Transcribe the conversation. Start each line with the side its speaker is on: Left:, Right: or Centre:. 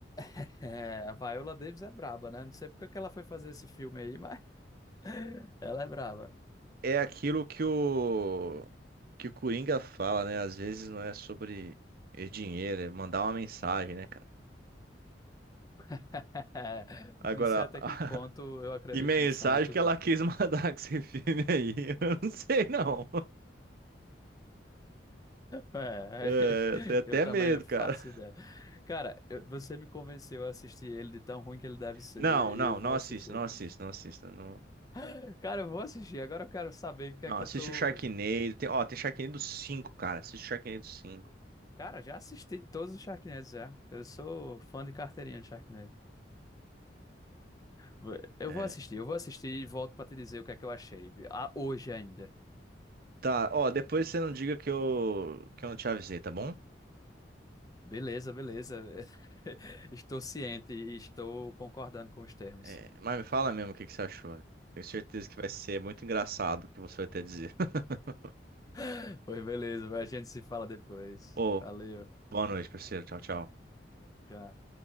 Left: <laughs> é, a Viola Davis é braba, né? Não sei porque que que ela foi fazer esse filme aí, mas <laughs> ela é braba.
Right: É aquilo que o, que o Coringa fala, né? Às vezes não é sobre é dinheiro, é mandar uma mensagem, né, cara?
Left: <laughs>
Right: Agora,
Left: Não sei até
Right: <laughs>
Left: que ponto eu acredito
Right: Que mensagem
Left: nisso, não, mas tudo
Right: que ela
Left: bem.
Right: quis <laughs> mandar com esse filme aí? Eu não sei, não.
Left: É,
Right: É,
Left: <laughs>
Right: eu tenho até
Left: eu também
Right: medo,
Left: não faço
Right: cara.
Left: ideia. Cara, eu- você me convenceu a assistir ele de tão ruim que ele deve ser
Right: Não, não,
Left: e eu vou
Right: não
Left: assistir.
Right: assista, não assista, não assista. Não,
Left: <gasps> Cara, eu vou assistir. Agora eu quero saber o que
Right: não
Left: é que
Right: assiste
Left: eu tô.
Right: o Sharknado. Tem, ó, tem Sharknado cinco, cara. Assiste o Sharknado cinco.
Left: Cara, já assisti todos os Sharknados já. Eu sou fã de carteirinha de Sharknado. Vou- Eu
Right: É.
Left: vou assistir, eu vou assistir e volto pra te dizer o que é que eu achei. Ah, hoje ainda.
Right: Tá, ó, depois você não diga que eu, que eu não te avisei, tá bom?
Left: Beleza, beleza. <laughs> Estou ciente e estou concordando com os termos.
Right: É,
Left: <gasps>
Right: mas me fala mesmo o que, que você achou. Tenho certeza que vai ser muito engraçado o que você vai ter a dizer. <laughs>
Left: <laughs> Pois beleza, a gente se fala depois.
Right: Ô,
Left: Valeu.
Right: boa noite, parceiro. Tchau, tchau.
Left: Já.